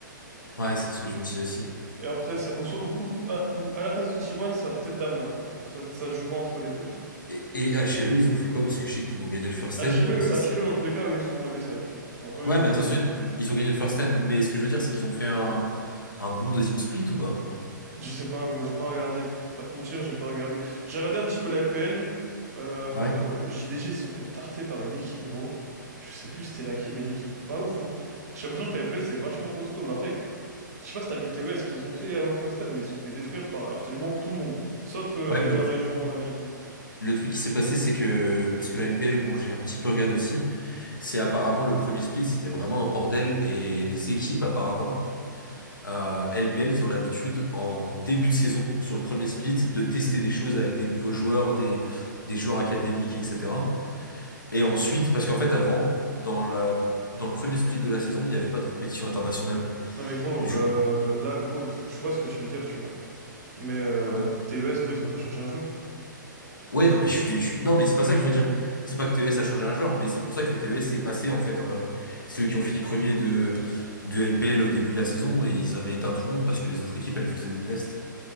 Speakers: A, on the left; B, on the right.
A: Ouais, c'est ce que je me disais aussi.
B: Et après, ça, ou, soit- ou- ou- à, ou à la place de T1, ça va peut-être Damwon, tu vois. Ça, ça se jouera entre les deux, tu vois.
A: Et, et HLE, ils ont fait quoi? Parce que je sais qu'ils ont gagné le first
B: HLE,
A: end, donc c'est...
B: HLE, dans tous les cas, eux, ils sont en MSI, tu vois. Genre, eux,
A: Ouais,
B: ils ont
A: bah
B: gagné.
A: de toute façon, euh, ils ont gagné le first end, mais ce que je veux dire, c'est qu'ils ont fait un, un bon deuxième split ou pas?
B: Je sais pas, gros, j'ai pas regardé, je vais pas te mentir, j'ai pas regardé. J'ai regardé un petit peu la LPL. Euh,
A: Ouais.
B: JDG, ils se sont fait tarter par une équipe, gros. Je sais plus c'était laquelle, mais une équipe pas ouf, hein. J'ai l'impression que la LPL, c'est vachement costaud. Mais après, Je sais pas si t'as vu TES qu'ils ont fait euh, au First Time, mais ils sont fait détruire par absolument tout le monde, sauf euh,
A: Ouais, mais
B: la région américaine.
A: le truc qui s'est passé, c'est que... Parce que la LPL, bon, j'ai un petit peu regardé aussi, c'est apparemment le premier split, c'était vraiment un bordel, et les équipes, apparemment, euh, LPL, ils ont l'habitude, en début de saison, sur le premier split, de tester des choses avec des nouveaux joueurs, des, des joueurs académiques, etc. Et ensuite, parce qu'en fait, avant, dans la, dans le premier split de la saison, il n'y avait pas de compétition internationale.
B: Non mais gros,
A: Donc, du,
B: euh, là gros, je je vois ce que tu veux dire, tu vois. Mais euh,
A: ouais.
B: TES gros, ils ont pas changé un joueur.
A: Ouais, non, mais je suis, dé- je suis- non, mais c'est pas ça que je veux dire. C'est pas que TES a changé un joueur, mais c'est pour ça que TES est passé, en fait, euh, c'est eux qui ont fini premier de, de LPL au début de la saison et ils avaient éteint tout le monde parce que les autres équipes, elles faisaient des tests.